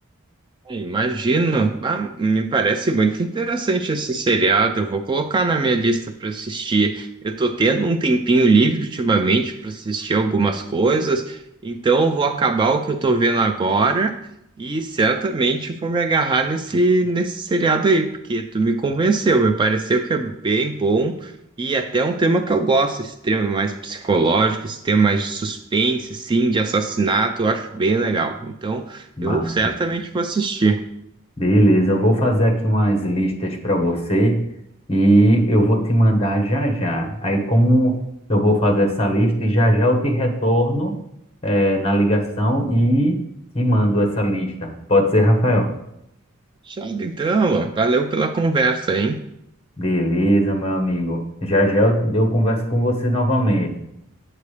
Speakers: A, on the right; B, on the left.
A: Imagino. Ah, me parece muito interessante esse seriado. Eu vou colocar na minha lista para assistir. Eu tô tendo um tempinho livre ultimamente para assistir algumas coisas, então eu vou acabar o que eu tô vendo agora e certamente vou me agarrar nesse nesse seriado aí, porque tu me convenceu. Me pareceu que é bem bom e até é um tema que eu gosto, esse tema mais psicológico, esse tema mais de suspense, assim, de assassinato, eu acho bem legal. Então
B: Mas,
A: eu certamente vou assistir.
B: beleza, eu vou fazer aqui umas listas para você e eu vou te mandar já já. Aí, como eu vou fazer essa lista e já já eu te retorno, eh, na ligação e te mando essa lista. Pode ser, Rafael?
A: Fechado então, Alan. Valeu pela conversa, hein?
B: Beleza, meu amigo. Já já eu eu converso com você novamente.